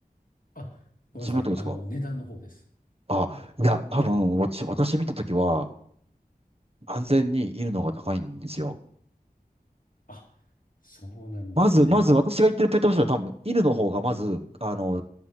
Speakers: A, on the left; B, on the right.
A: あ、ごめんなさい。
B: 自分のとこですか
A: あの、値段の方です。
B: あ、いや、
A: お値段の方ですね。
B: 多分、私、私見たときは、安全に犬の方が高いんですよ。
A: あ、そうなんですね。
B: まず、まず私が言ってるペットショップは多分、犬の方がまず、あの、